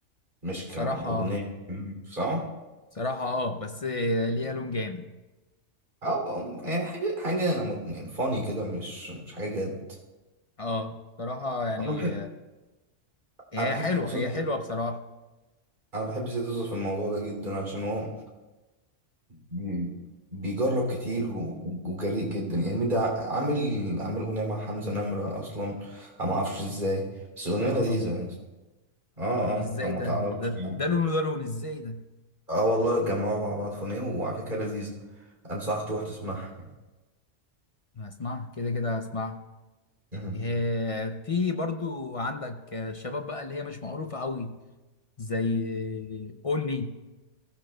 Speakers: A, on the right; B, on the left.
A: مش كاغنية
B: بصراحة
A: صح؟
B: بصراحة اه بس ليها لون جامد
A: اه آه، يعني حاجة حاجة م- يعني فاني كده مش مش حاجة جد
B: اه بصراحة يعني
A: انا بحب
B: هي
A: انا بحب
B: حلوة
A: زوزو
B: هي حلوة بصراحة
A: انا بحب زياد زوزو في الموضوع ده جدا عشان هو بي- بيجرب كتير و- و- وجريء جدا يعني ده عامل عامل اغنية مع حمزة نمرة اصلا انا ما اعرفش ازاي بس اغنية
B: يا نهار
A: لذيذة
B: أبيض
A: يعني اه
B: بس
A: اه
B: ازاي
A: لو ما
B: ده
A: تعرفش
B: ده,
A: يعني
B: ده لون وده لون ازاي ده
A: اه والله اتجمعوا مع بعض في اغنية وعلى فكرة لذيذة انصحك تروح تسمعها
B: أنا هسمعها كده كده هسمعها
A: مهم.
B: إيه، في برضو عندك شباب بقى اللي هي مش معروفة قوي زي أوني